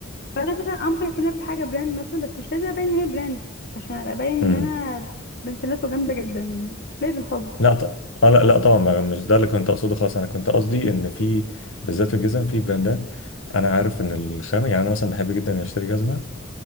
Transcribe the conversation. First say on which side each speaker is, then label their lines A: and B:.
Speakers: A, on the left; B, on the left.
A: فانا مثلا آه ممكن اكون لابسه حاجه براند مثلا بس مش لازم ابين ان هي براند عشان ابقى باين
B: امم
A: ان انا بنت ناس وجامده جدا يعني مش لازم خالص
B: لا ط... اه لا لا
A: أوه.
B: طبعا ما- مش ده اللي كنت اقصده خالص انا كنت قصدي ان في بالذات في الجزم في براندات انا عارف ان الخامه يعني انا مثلا بحب جدا اني اشتري جزمه